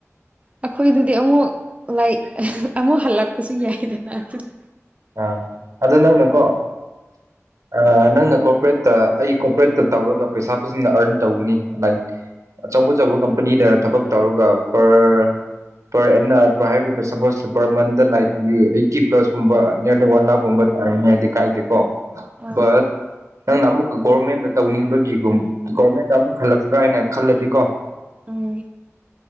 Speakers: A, on the right (about 25°); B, on the right (about 85°).
A: ꯑꯩꯈꯣꯏꯗꯨꯗꯤ ꯑꯃꯨꯛ ꯂꯥꯏ ꯑꯃꯨꯛ ꯍꯜꯂꯛꯄꯁꯨ ꯌꯥꯏꯗꯅ ꯑꯗꯨꯅ
B: ꯑꯥ ꯑꯗꯨ ꯅꯪꯅꯀꯣ ꯑꯥ ꯅꯪꯅ ꯀꯣꯄꯔꯦꯠꯇ ꯑꯩ ꯀꯣꯄꯔꯦꯠꯇ ꯇꯧꯔꯒ ꯄꯩꯁꯥ ꯐꯖꯅ ꯑꯔꯟ ꯇꯧꯒꯅꯤ ꯂꯥꯏꯛ ꯑꯆꯧ ꯑꯆꯧꯕ ꯀꯝꯄꯅꯤꯗ ꯊꯕꯛ ꯇꯧꯔꯒ ꯄꯔ ꯄꯔ ꯑ ꯍꯥꯏ suppose per month like eighty ꯄ꯭ꯂꯁꯀꯨꯝꯕ ꯅꯤꯌꯔꯗ ꯑꯣꯜ ꯂꯛꯀꯨꯕ ꯇꯟꯅꯤ ꯍꯥꯏꯗꯤ ꯀꯥꯏꯗꯦꯀꯣ
A: ꯎꯝ ꯑ
B: ꯕꯠ ꯅꯪꯅ ꯑꯃꯨꯛ ꯒꯣꯔꯃꯦꯟꯗ ꯇꯧꯅꯤꯡꯕꯒꯤꯒꯨꯝ ꯒꯣꯔꯃꯦꯟꯗ ꯑꯃꯨꯛ ꯍꯜꯂꯛꯇ꯭ꯔꯥ ꯍꯥꯏꯅ ꯈꯜꯂꯗꯤ ꯀꯣ
A: ꯎꯝ